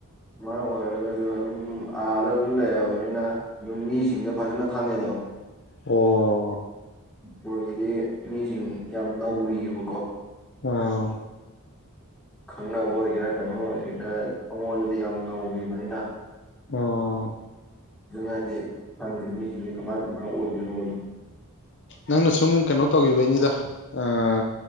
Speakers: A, in the centre; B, on the left (about 55°).
A: ꯑꯣꯏꯔꯒꯖꯨ ꯑꯗꯨꯝ ꯑꯥꯗ ꯑꯗꯨꯝ ꯂꯩꯑꯔꯕꯅꯤꯅ ꯑꯗꯨꯝ ꯃꯤꯁꯤꯡꯗꯣ ꯐꯖꯅ ꯈꯪꯉꯦꯗꯣ
B: ꯑꯣ
A: ꯃꯅꯤꯄꯨꯔꯒꯤꯗꯤ ꯃꯤꯁꯤꯡ ꯌꯥꯝ ꯅꯧꯔꯤꯕꯀꯣ
B: ꯑꯥꯎ
A: ꯈꯪꯅꯕ ꯑꯣꯏꯒꯦꯔꯥ ꯀꯩꯅꯣ ꯑꯣꯏꯒꯦꯔꯥ ꯑꯩꯉꯣꯟꯗꯗꯤ ꯌꯥꯝ ꯅꯧꯔꯤꯕꯅꯤꯅ
B: ꯑꯣ
A: ꯑꯗꯨꯅꯗꯤ ꯍꯥꯟꯅꯒꯤ ꯃꯤꯁꯤꯡꯁꯦ ꯀꯃꯥꯏ ꯀꯃꯥꯏ ꯑꯣꯏꯕꯅꯣꯗꯣ
B: ꯅꯪꯅ ꯁꯨꯝ ꯀꯩꯅꯣ ꯇꯧꯒꯤꯕꯩꯅꯤꯗ ꯑꯥ